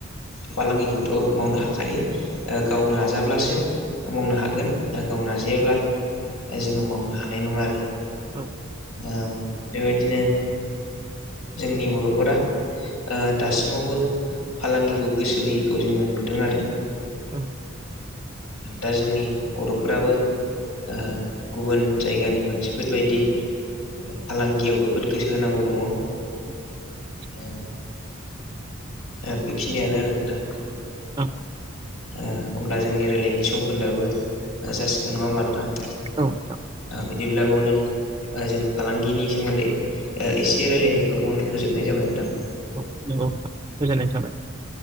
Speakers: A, on the left; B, on the right.
A: फालांगिखौथ' मावनो हाखा हायो गाव नाजाब्लासो मावनो हागोन गाव नाजायाब्ला
B: औ
A: जोङो मावनो हानाय नङा आरो।
B: औ
A: बेबायदिनो जोंनि बर'फोरा ओ दासिमावबो फालांगिखौ गोसो होयैखौ जोङो नुदों आरो।
B: औ
A: दा जोंनि बर'फोराबो ओ गुबुन जायगानि मानसिफोरबायदि फालांगियाव जोबोद गोसो होनांगौ दङ।
B: औ
A: ओ ओ बेखिनियानो आरो नोंथां।
B: औ
A: ओ होमब्ला जोंनि रायलायनाय सम खोन्दोआबो जासिगोन नङा होमबा नोंथां?
B: नंगौ
A: आ बिदिब्ला बेयावनो ओ जों फालांगिनि सोमोन्दै ओ एसे रायलायनायखौ बावनो फोजोबनाय जाबाय नोंथां।
B: औ नंगौ नोंथां गोजोननाय थाबाय।